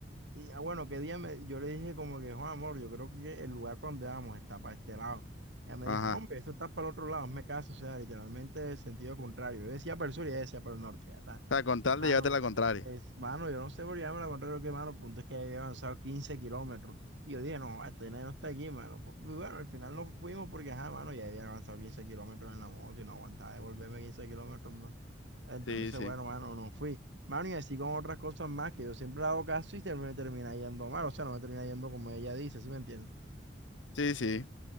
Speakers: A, on the right; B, on the left.
A: y ah, bueno, qué día me- yo le dije como que, Juan, amor, yo creo que el lugar para donde vamos está para este lado. Ella me
B: ajá.
A: dijo, no, hombre, eso está para el otro lado, me caso, o sea, literalmente el sentido contrario. Yo decía para el sur y ella decía para el norte, ya está.
B: O sea, con tal
A: Y, Mano,
B: de llevarte la contraria.
A: es, mano, yo no sé por qué me la contrario que, mano, el punto es que había avanzado 15 kilómetros. Y yo dije, no, este nene no está aquí, mano. Pues, Y bueno, al final no fuimos porque, ajá, mano, ya había avanzado 15 kilómetros en la moto y no aguantaba de volverme 15 kilómetros más. Entonces,
B: Sí, sí,
A: bueno, mano, no fui. Mano, y así con otras cosas más que yo siempre le hago caso y ter- me termina yendo mal, o sea, no me termina yendo como ella dice, ¿sí me entiendes?
B: sí, sí.